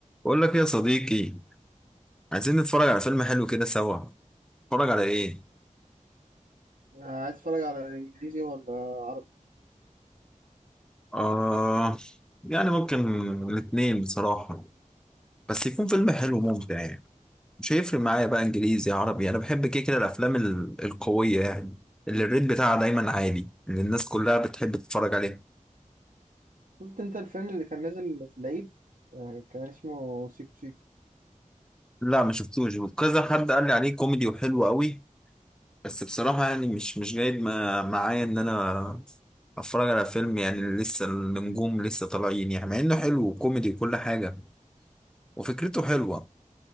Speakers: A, in the centre; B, on the right.
A: بقول لك إيه يا صديقي عايزين نتفرج على فيلم حلو كده سوا نتفرج على ايه
B: آه، عايز اتفرج على انجليزي ولا عربي
A: آه يعني ممكن الاثنين بصراحة بس يكون فيلم حلو ممتع يعني مش هيفرق معايا بقى انجليزي عربي انا بحب كده كده الافلام ال- القوية يعني اللي الريت بتاعها دايما عالي اللي الناس كلها بتحب تتفرج عليه
B: شفت انت الفيلم اللي كان نازل في العيد آه، كان اسمه سيكو سيكو
A: لا ما شفتوش وكذا حد قال لي عليه كوميدي وحلو قوي بس بصراحة يعني مش مش جايد ما- معايا إن أنا أتفرج على فيلم يعني لسه النجوم لسه طالعين يعني مع إنه حلو وكوميدي وكل حاجة وفكرته حلوة